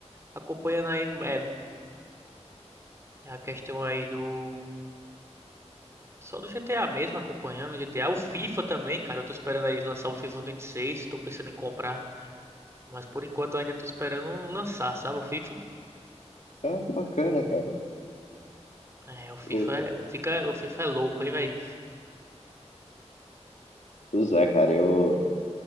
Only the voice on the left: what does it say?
Ah, que bacana, cara.
O-
Pois é, cara, eu,